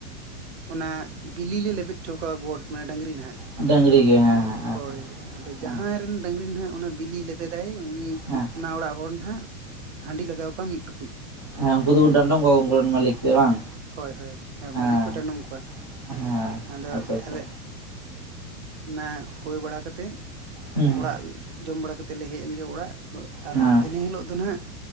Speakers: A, on the right (about 50°); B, on the right (about 20°).
A: ᱚᱱᱟ ᱵᱤᱞᱤ ᱞᱮ ᱞᱮᱵᱮᱫ ᱦᱚᱪᱚ ᱠᱚᱣᱟ ᱜᱚᱴ ᱢᱟᱱᱮ ᱰᱟᱺᱝᱨᱤ ᱱᱟᱦᱟᱜ,
B: ᱰᱟᱹᱝᱨᱤ ᱜᱮ ᱦᱮᱸ ᱦᱮᱸ
A: ᱦᱳᱭ ᱟᱫᱚ
B: ᱦᱮᱸ
A: ᱡᱟᱦᱟᱸ ᱨᱮᱱ ᱰᱟᱹᱝᱨᱤ ᱦᱟᱜ ᱚᱱᱟ ᱵᱤᱞᱤᱭ ᱞᱮᱵᱮᱫᱟᱭ ᱩᱱᱤ
B: ᱦᱮᱸ
A: ᱚᱱᱟ ᱚᱲᱟᱜ ᱦᱚᱲ ᱱᱟᱦᱟᱜ ᱦᱟᱺᱰᱤ ᱞᱟᱜᱟᱣ ᱠᱚᱣᱟ ᱢᱤᱫ ᱴᱩᱠᱩᱡ᱾
B: ᱦᱮᱸ ᱩᱱᱠᱩ ᱫᱚᱠᱚ ᱰᱟᱸᱰᱚᱢ ᱠᱚᱣᱟ ᱜᱟᱹᱭ ᱢᱟᱹᱞᱤᱠ ᱠᱚ ᱵᱟᱝ?
A: ᱦᱳᱭ ᱦᱳᱭ
B: ᱦᱮᱸ
A: ᱢᱟᱹᱞᱤᱠ ᱠᱚ ᱰᱟᱸᱰᱚᱢ ᱠᱚᱣᱟ
B: ᱦᱮᱸ
A: ᱟᱫᱚ
B: ᱟᱪᱪᱷᱟ
A: ᱛᱟᱦᱚᱞᱮ
B: ᱟᱪᱪᱷᱟ
A: ᱚᱱᱟ ᱦᱩᱭ ᱵᱟᱲᱟ ᱠᱟᱛᱮ
B: ᱦᱩᱸ
A: ᱚᱲᱟᱜ ᱡᱚᱢ ᱵᱟᱲᱟ ᱠᱟᱛᱮᱞᱮ ᱦᱮᱡ ᱮᱱᱜᱮ ᱚᱲᱟᱜ ᱟᱫᱚ ᱟᱨ
B: ᱦᱮᱸ
A: ᱤᱱᱟᱹ ᱦᱤᱞᱳᱜ ᱫᱚ ᱱᱟᱦᱟᱜᱼᱼ